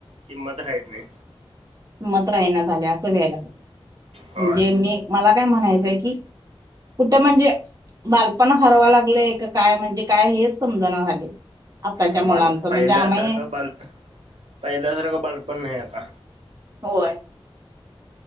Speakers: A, on the right; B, on the right.
A: किंमत राहीत नाय.
B: हिमंत राहीनाय झालय असं व्यायला लागले
A: होय
B: म्हणजे मी मला काय म्हणायचंय कि.. कुठे म्हणजे बालपण हरवा लागलंय का काय म्हणजे.. काय हेच समजना झालय आत्ताच्या
A: बाल
B: मुलांच म्हणजे
A: पहिल्यासारखं
B: आम्ही का
A: बाल पहिल्यासारखं बालपण नाही आता.
B: होय.